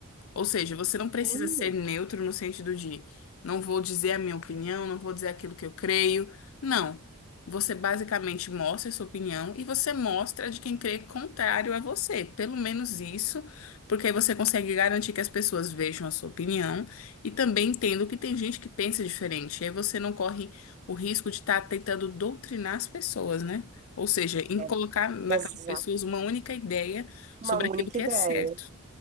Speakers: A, on the left; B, on the right.
A: Ou seja, você não precisa
B: Hum,
A: ser neutro no sentido de não vou dizer a minha opinião, não vou dizer aquilo que eu creio. Não. Você basicamente mostra a sua opinião e você mostra a de quem crê contrário a você. Pelo menos isso, porque aí você consegue garantir que as pessoas vejam a sua opinião e também entendam que tem gente que pensa diferente. E aí você não corre o risco de estar tentando doutrinar as pessoas, né? Ou seja, em
B: É,
A: colocar naquelas
B: exato.
A: pessoas uma única ideia
B: Uma
A: sobre
B: única
A: aquilo que
B: ideia.
A: é certo.